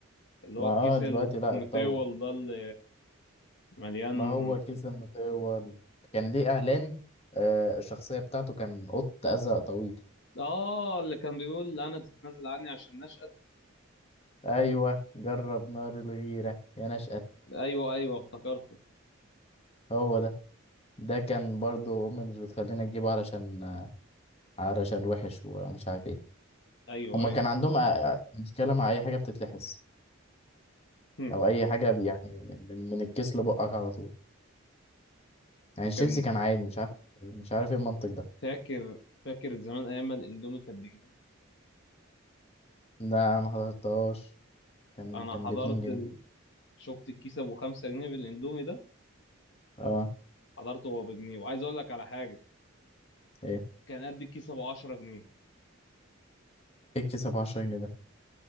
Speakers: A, on the left; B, on the left.
A: اللي
B: ما
A: هو الكيس
B: اه دلوقتي
A: المطول
B: لا اتطور
A: ده اللي مليان
B: ما هو كيس المطول كان ليه اعلان آه الشخصيه بتاعته كان قط ازرق طويل
A: اه اللي كان بيقول انا تتنازل عني عشان نشأت
B: ايوه جرب نار الغيره يا نشأت
A: ايوه ايوه افتكرته
B: هو ده ده كان برضو امي مش بتخلينا نجيبه علشان علشان وحش ومش عارف ايه
A: ايوه
B: هما
A: ايوه
B: كان عندهم آه، مشكله مع اي حاجه بتتلحس
A: هم.
B: او اي حاجه بي- يعني من من الكيس لبقك على طول يعني الشيبسي
A: كان
B: كان عادي مش عارف مش عارف ايه المنطق ده
A: فاكر فاكر زمان ايام ما الاندومي كان بجنيه
B: ده ما حضرتهاش كان
A: انا
B: كان
A: حضرت
B: باتنين جنيه
A: ال... شفت الكيس ابو 5 جنيه بالاندومي ده
B: اه
A: حضرته هو بجنيه وعايز اقول لك على حاجه
B: ايه
A: كان قد الكيس ابو 10 جنيه
B: ايه الكيس ب 10 جنيه ده